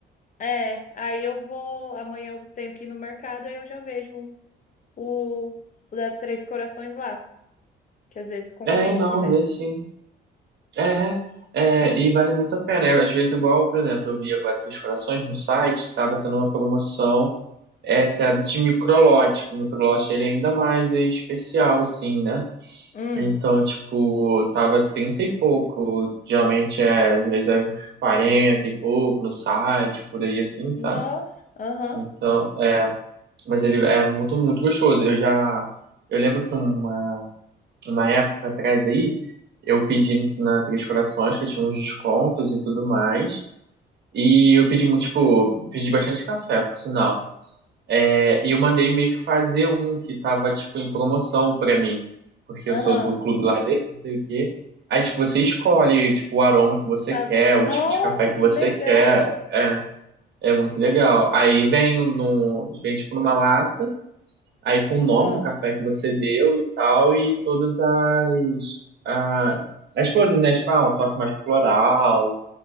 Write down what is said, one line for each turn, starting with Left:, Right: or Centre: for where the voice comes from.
Left: é, aí eu vou, amanhã eu tenho que ir no mercado, aí eu já vejo o, o da Três Corações lá, que às vezes compense,
Right: É, não,
Left: né?
Right: vê sim. É, é, e vale muito a pena. Eu, às vezes, igual, por exemplo, eu vi agora Três Corações no site, estava tendo uma promoção é, até de microlote. O microlote ele é ainda mais especial, assim, né?
Left: Hum,
Right: Então, tipo, tava 30 e pouco. Geralmente é, às vezes é 40 e pouco no site, por aí assim, sabe?
Left: nossa, aham,
Right: Então, é, mas ele é muito, muito gostoso. Eu já, eu lembro que uma uma época atrás aí, eu pedi na Três Corações, que eu tinha uns descontos e tudo mais. E eu pedi muito, tipo, pedi bastante café, por sinal. É, e eu mandei meio que fazer um que tava, tipo, em promoção pra mim. Porque
Left: aham,
Right: eu sou do clube lá dele, não sei o quê. Aí, tipo, você escolhe, tipo, o aroma que você
Left: o sabor.
Right: quer,
Left: Nossa,
Right: o tipo de café que
Left: que
Right: você
Left: legal!
Right: quer. É, é muito legal. Aí vem, um num, vem tipo, numa lata aí com o nome
Left: Ah,
Right: do café que você deu e tal, e todas as, a- as coisas, né? Tipo, ah, um toque mais floral